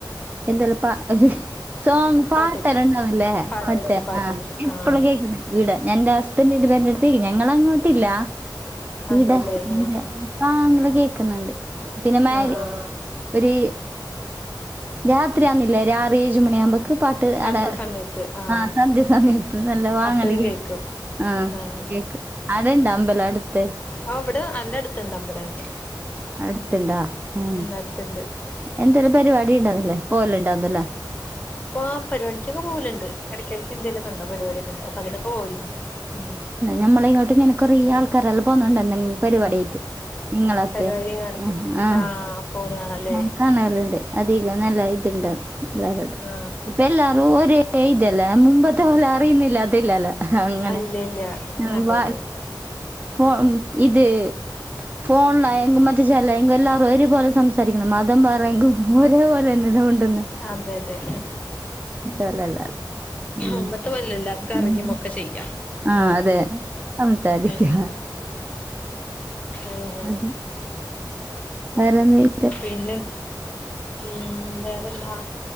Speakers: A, on the right (about 25°); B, on the left (about 15°).
A: എന്തല്ല ഒരു സോങ് പാട്ടല്ലോ
B: പാട്ട് വെക്കും
A: ഉണ്ടാവല്ലേ
B: പാട്ട്
A: മറ്റേ
B: വെക്കും പാട്ട്
A: ആഹ്
B: വെക്കും
A: എപ്പളും
B: ആഹ്
A: കേക്കുന്ന ഈടെ ഞാൻ ന്റെ ഹസ്ബൻഡന്റെ പെരന്റട്ത് ഞങ്ങള അങ്ങോട്ടില്ല
B: അതെല്ലേ
A: ഈടെ
B: ആഹ് ആഹ്
A: ആാ ങ്ങെ കേക്കുന്നുണ്ട്, പിന്നെ മാരി
B: ആഹ്
A: ഒരു രാത്രിയാന്നില്ല ആറ് ഏഴ് മണിയാവു മ്പോക്ക് പ ഇട്ട്
B: സന്ധ്യ
A: അട
B: സമയത്ത് ആഹ്
A: ആഹ സന്ധ്യ സമയത്ത് നല്ല വാങ്ങല്
B: അപ്പഴും
A: കേ
B: കേക്കും
A: ആഹ
B: ആഹ്
A: കേക്ക് അവിടെ ഇണ്ടോ അമ്പലം അടുത്ത്?
B: ആ അവിടെ നല്ലടുത്തണ്ട്, അമ്പലണ്ട്.
A: അടുത്തണ്ടാ ഉ
B: പരുത്തണ്ട്
A: എന്തോലും പരിപാടി ഉണ്ടന്നുന്നില്ലേ, പോല ഉണ്ടാവന്നല്ലേ?
B: അപ്പ ആ പരിപാടിക്കൊക്കെ പോകൽ ഉണ്ട്, ഇടക്ക ഇടക്ക് എന്തെലും ഉണ്ട പരിപാടി? അപ്പൊ അതിലൊക്കെ പോലുണ്ട് ഉ
A: ഞമ്മള ഇങ്ങോട്ട് ഇങ്ങനെ കുറ ആൾക്കാരെല്ലാം പോന്നുന്നുണ്ട എന്തെങ്കിലും പരിപാടിയായിട്ട്. നിങ്ങളപ്പ
B: പരിപാടി കാണിക്കും
A: ആഹ് ആഹ്
B: ആ പോണ കാണാല്ലേ
A: ആ കാണല്ലണ്ട് അധികം നല്ല ഇത്ണ്ട എല്ലരടെ
B: ആ
A: ഇപ്പ എല്ലാരും ഒരെ ഇതല്ല മുമ്പത്തവല ഇല്ലില്ല അതിലല്ല അങ്ങനെ
B: അല്ല ഇല്ല
A: മം
B: അതെ
A: വ
B: അതെ അതെ
A: ഫഹ മം, ഇത് ഫോൺലാ യേങ്കും മറ്റേ ശാലായെങ്കും എല്ലാവരും ഒരുപോലെ സംസാരിക്കുണ് മതം പറങ്കും ഒരേപോലെന്നല്ലേ മിണ്ടുന്നെ.
B: അതെ അതെ
A: പോലെ അല്ല ഉം.
B: മുമ്പത്തെ ല്ല എല്ലാർക്കും അറിയുമ
A: ഉം.
B: ഒക്കെ ചെയ്യാം
A: ആ
B: ഉം
A: അതെ സംസാരിക്കുക
B: അങ്ങെനെ അങ്ങെനെ
A: അതെ. <unintelligible>
B: പിന്നെ ഉം വേറെന്താ?